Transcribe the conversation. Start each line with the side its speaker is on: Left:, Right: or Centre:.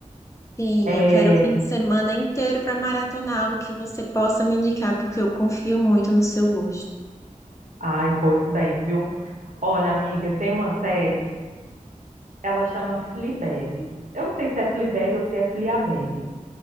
Left: Sim,
Right: É,
Left: eu quero o fim de semana inteiro pra maratonar algo que você possa me indicar, porque eu confio muito no seu gosto.
Right: ai, pois bem, viu? Olha, amiga, tem uma série, ela chama Fleabag. Eu não sei se é Fleabag ou se é Fleabag.